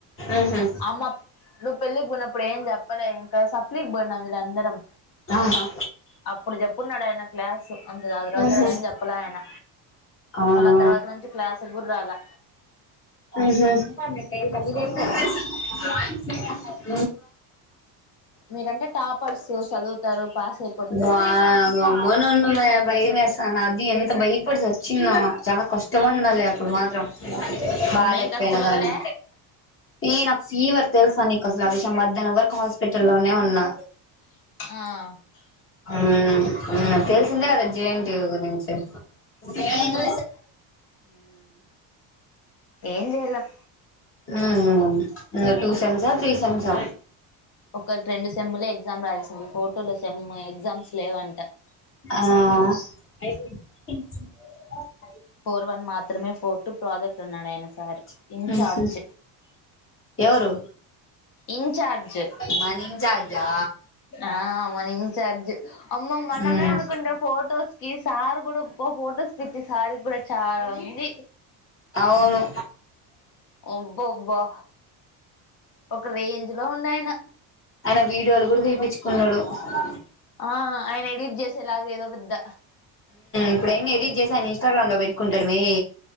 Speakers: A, on the left; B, on the left.
A: ఉహు
B: ఆమ్మా నువ్ పెళ్లి కి పోయినప్పుడే ఏం చెప్పలే ఇంకా సప్లికి బోయినం కదా అందరం
A: ఆహా
B: అప్పుడు చెప్పున్నాడు ఆయన క్లాసు అంతా తర్వాత
A: ఉహు
B: ఏం చెప్పలే ఆయన
A: అవునా
B: మళ్ళీ ఆ తర్వాత నుంచి క్లాస్ కూడా రాలా
A: ఉహు <inaudible>
B: మీరంటే టాపర్స్ చదువుతారు పాస్ అ
A: బా గమ్మునుండు మే భయం వేస అది ఎంత భయపడి సచ్చిన్నో చాలా కష్టమందలే అప్పుడు మాత్రం బాగాలేకపోయినా
B: మేం కష్టపడలే
A: గానీ ఏ నాకు ఫీవర్ తెలుసా నీకు అసలు ఆ విషయం మధ్యాహ్నం వరకు హాస్పిటల్లో నే ఉన్నా
B: ఆ
A: ఉం ఉం తెల్సిందే గదా జయంటివ్ గురించి ఉం
B: ఏం చేయలేం
A: ఉం ఇగ టూ సెమ్సా త్రీ సెమ్సా
B: ఒకటి రెండు సెమ్ములే ఎగ్ గ్జామ్ రాయల్సింది ఫోటులో సెమ్ ఎగ్జామ్స్ లేవంట
A: ఆ
B: పోర్ వన్ మాత్రమే ఫోర్ టూ ప్రాజెక్ట్ అన్నడయన సార్
A: ఉహు
B: ఇన్చార్జ్
A: ఎవరు
B: ఇంచార్జ్
A: మన ఇన్ఛార్జా
B: ఆ మన ఇన్చార్జ్ అమ్మ మనమే
A: ఉమ్
B: అనుకుంటే ఫొటోస్ కి సారు కూడా ఫొటోస్ పిచ్చి సారి చాలా ఉంది
A: అవును
B: అబ్బబ్బా ఒక రేంజ్ లో ఉండయన
A: అయన వీడియోలు కూడా తీపిచుకున్నాడు ఉం
B: ఆ ఆయన ఎడిట్ చేసేలాగా ఏదో పెద్ద
A: ఇప్పుడైన్ని ఎడిట్ చేసి ఆయన ఇన్స్టాగ్రామ్ లో పెట్టుకుంటాడు మే